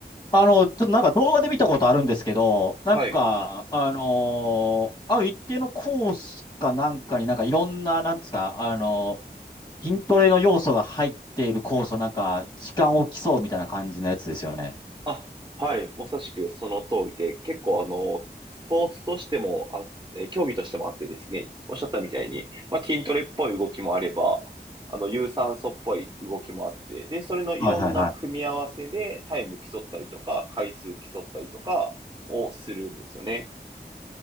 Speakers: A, on the left; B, on the right.
A: あの、ちょっとなんか動画で見たことあるんですけど、なんか、
B: はい。
A: あのーある一定のコースかなんかになんかいろんな、なんですか、あのー筋トレの要素が入っているコースをなんか、時間を競うみたいな感じのやつですよね。
B: あ、はい、まさしくその通りで、結構あの、スポーツとしてもあ、えー競技としてもあってですね、おっしゃったみたいに、まあ、筋トレっぽい動きもあれば、あの、有酸素っぽい動きもあって、で、それのいろんな組み合わせでタイム競ったりとか、
A: はいはいはい。
B: 回数競ったりとかをするんですよね。